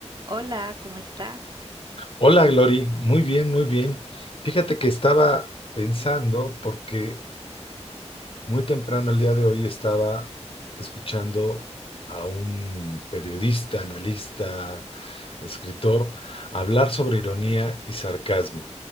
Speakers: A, on the right; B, on the left.
A: Hola, ¿cómo está?
B: Hola, Glory. Muy bien, muy bien. Fíjate que estaba pensando, porque muy temprano el día de hoy estaba escuchando a un periodista, analista, escritor, hablar sobre ironía y sarcasmo.